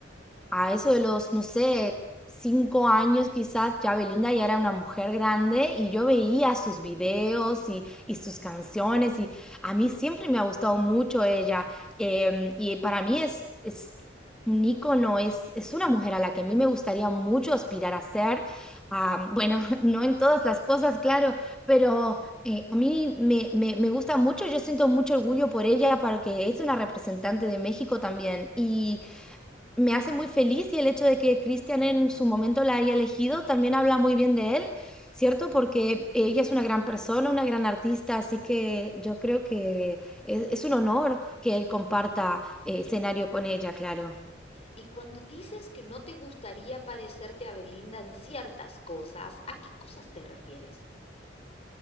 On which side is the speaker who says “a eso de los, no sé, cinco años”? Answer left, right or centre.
Centre